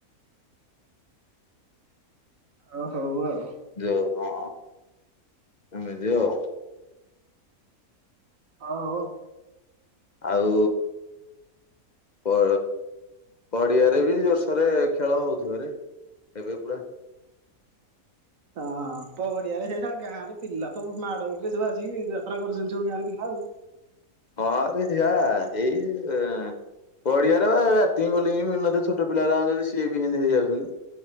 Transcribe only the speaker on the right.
ଆଉ ହଉ ଆଉ।
ଆଉ ହଉ
ହଁ ପଡିଆରେ ସେ ଶଳା ଗାଁରେ ପିଲା ତ ମାଡ ଗଡିରେ ସବୁ ଆସିକି ଯାତ୍ରା କରୁଛନ୍ତି ସବୁ ଗାଁ ରେ ପିଲା ଆଉ।